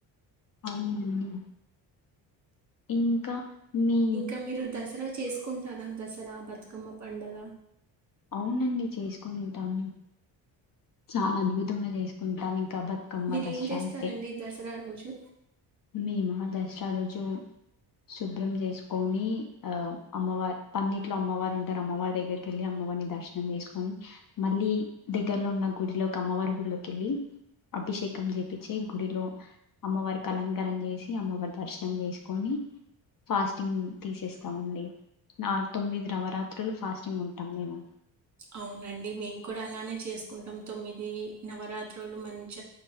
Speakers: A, on the left; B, on the right.
A: అవునండి ఇంకా మీ
B: ఇంక మీరు దసరా చేసుకుంటారా దసరా బతుకమ్మ పండగ
A: అవునండి చేసుకుని ఉంటాము చాలా అద్భుతంగా చేసుకుంటాం కి బతుకమ్మ
B: మీరు
A: దసరా
B: ఏం చేస్తారండి
A: అయితే
B: దసరా రోజు
A: మేమా దసరా రోజు శుభ్రం చేసుకొని ఆ అమ్మవారి పందిట్లో అమ్మవారు ఉంటారు అమ్మవారి దగ్గరకి వెళ్ళి అమ్మవారిని దర్శనం చేసుకొని మళ్ళీ దగ్ దగ్గరలో ఉన్న గుడిలోకి అమ్మవారి గుడిలోకి వెళ్ళి అభిషేకం చేపించి గుడిలో అమ్మవారికి అలంకారం చేసి అమ్మవారి దర్శనం చేసుకోని ఫాస్టింగ్ తీసేస్తామండి న తొమ్మిది నవరాత్రులు ఫాస్టింగ్ ఉంటాం మేము
B: అవునండి మేము కూడా అలానే చేసుకుంటం. తొమ్మిది నవరాత్రులు మంచ